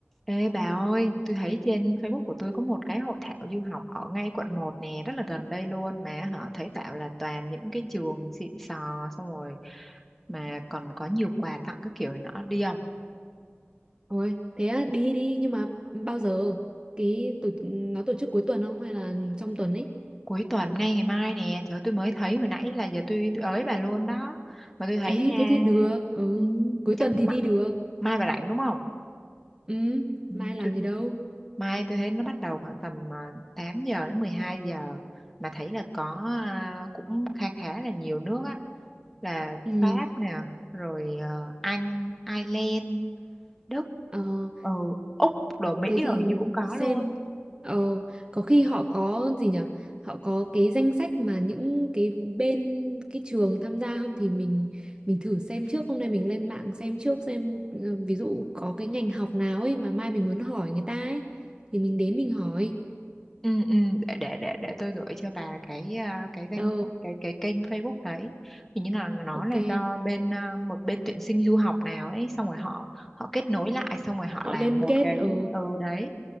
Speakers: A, in the centre; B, on the right.
A: Ê bà ơi, tôi thấy trên Facebook của tôi có một cái hội thảo du học ở ngay quận một nè, rất là gần đây luôn mà họ thấy tạo là toàn những cái trường xịn sò xong rồi mà còn có nhiều quà tặng các kiểu này nọ đi không?
B: Ôi, thế á, đi đi nhưng mà bao giờ cái tổ, nó tổ chức cuối tuần không hay là trong tuần ấy?
A: Cuối tuần ngay ngày mai nè, trời ơi, tôi mới thấy hồi nãy là giờ tôi tôi ới bà luôn đó. Mà tôi thấy
B: Ê
A: nha.
B: thế thì được, ừ,
A: Ừ,
B: cuối
A: chắc
B: tuần thì
A: mai,
B: đi được.
A: mai bà rảnh đúng không?
B: Ừ,
A: Ừ,
B: mai làm
A: tôi
B: gì đâu.
A: Mai tôi thấy nó bắt đầu khoảng tầm à, tám giờ đến mười hai giờ mà thấy là có à, cũng khá khá là nhiều nước á là
B: Ừ,
A: Pháp nè rồi ờ, Anh Ireland Đức
B: ờ,
A: ừ, Úc rồi Mỹ
B: thế thì
A: rồi như cũng có
B: xem
A: luôn
B: ờ có khi họ có gì nhở Họ có cái danh sách mà những cái bên cái trường tham gia không thì mình mình thử xem trước, hôm nay mình lên mạng xem trước xem ừ, ví dụ có cái ngành học nào ấy mà mai mình muốn hỏi người ta ấy thì mình đến mình hỏi.
A: ừ, ừ, để để để để tôi gửi cho bà cái à, cái danh
B: ờ
A: sách cái cái kênh Facebook đấy hình như là nó
B: ok
A: là do bên à, một bên tuyển sinh du học nào ấy xong rồi họ họ kết nối lại xong rồi họ
B: họ
A: làm
B: liên
A: một
B: kết
A: cái
B: ờ
A: ừ đấy